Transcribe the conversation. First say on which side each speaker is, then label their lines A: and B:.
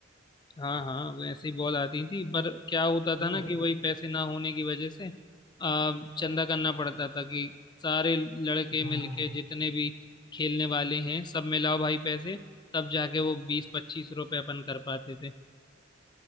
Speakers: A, on the left; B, on the left.
A: हाँ हाँ वैसे ही बॉल आती थी पर क्या होता था
B: है ना
A: ना कि वही पैसे ना होने की वजह से आ, चंदा करना पड़ता था कि सारे लड़के
B: हाँ
A: मिलके जितने भी खेलने वाले हैं सब मिलाओ भाई पैसे तब जाके वो बीस पच्चीस रुपए अपन कर पाते थे